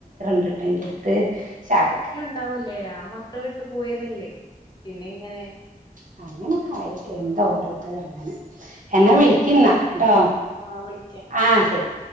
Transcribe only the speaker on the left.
ഒണ്ടാവുല്ലേ ആ മക്കളേ ഇട്ട് പോയതല്ലേ പിന്നെ ഇങ്ങനെ
ആഹ് വിളിക്കാം